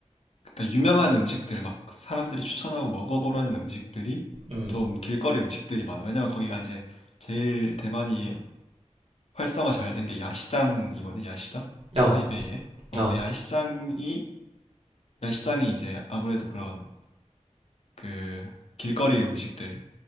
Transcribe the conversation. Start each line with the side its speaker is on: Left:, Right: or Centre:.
Left: 그러니까 유명한 음식들 막 사람들이 추천하고 먹어보라는 음식들이
Right: 음.
Left: 좀 길거리 음식들이 많아. 왜냐면 거기가 이제 제일 대만이 활성화 잘 된 게 야시장이거든. 야시장
Right: 어,
Left: 타이베이에. 어,
Right: 어.
Left: 그 야시장이 야시장이 이제 아무래도 그런 그 길거리 음식들